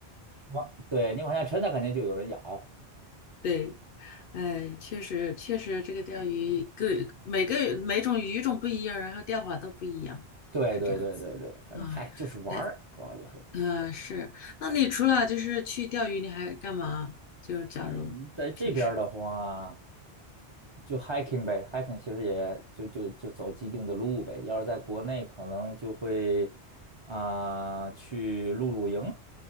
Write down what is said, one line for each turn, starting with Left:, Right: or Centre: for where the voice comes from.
Right: 往对你往下沉，它肯定就有人咬。
Left: 对，哎，确实确实，这个钓鱼各每个每种鱼种不一样，然后钓法都不一样，
Right: 对对对对对，
Left: 是这样子。
Right: 反正嗨，
Left: 啊，
Right: 就是玩儿，
Left: 那
Right: 主要就是，
Left: 呃是，那你除了就是去钓鱼，你还干嘛？就是假如平时
Right: 嗯，在这边儿的话，就 hiking 呗，hiking 其实也就就就走既定的路呗。要是在国内，可能就会啊、去露露营，